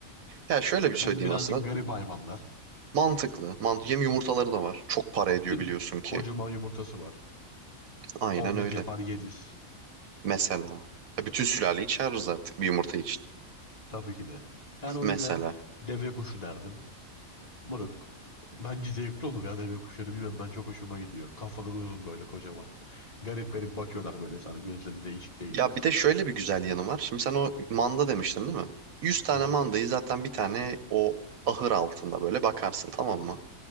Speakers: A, on the right; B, on the left.
A: Ya şöyle bir söyleyeyim
B: Hem birazcık
A: aslında.
B: garip hayvanlar.
A: Mantıklı. Mant Hem yumurtaları da var. Çok para ediyor
B: Değil
A: biliyorsun
B: mi?
A: ki.
B: Kocaman yumurtası var.
A: Aynen
B: Omlet
A: öyle.
B: yapar yeriz.
A: Mesela. Ya bütün sülaleyi çağırırız artık bir yumurta için.
B: Tabii ki de. Ben o
A: Mesela.
B: yüzden deve kuşu derdim. Moruk. Bence zevkli olur ya deve kuşları. Bilmem ben çok hoşuma gidiyor. Kafaları uzun böyle kocaman. Garip garip bakıyorlar böyle sana. Gözleri değişik değişik.
A: Ya bir de şöyle bir güzel yanı var. Şimdi sen o manda demiştin değil mi? Yüz tane
B: Evet.
A: mandayı zaten bir tane o ahır altında böyle bakarsın tamam mı?